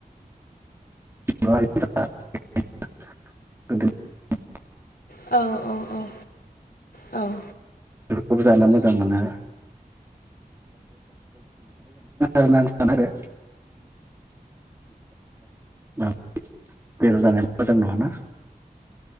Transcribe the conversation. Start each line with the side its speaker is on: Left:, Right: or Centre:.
Right: <unintelligible>
Left: औ औ औ औ।
Right: खौबो जानो मोजां मोनो आरो <unintelligible> बेलर जानाय मोजां नंङाना